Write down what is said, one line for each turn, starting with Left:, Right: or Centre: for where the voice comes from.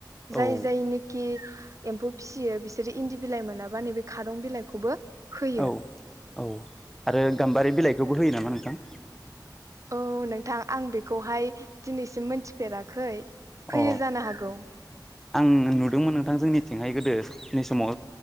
Centre: औ
Right: जाय जाय निखि एम्फौ फिसियो बिसोरो इन्दि बिलाइ मोनाबा नैबे खारं बिलाइखौबो होयो
Centre: औ औ आरो गाम्बारि बिलाइखौबो होयो नामा? नोंथां।
Right: औ नोंथां आं बेखौहाय दिनैसिम मोनथिफेराखै। होयो
Centre: अ
Right: जानो हागौ।
Centre: आं नुदोंमोन नोंथां जोंनिथिंहाय गोदोनि समाव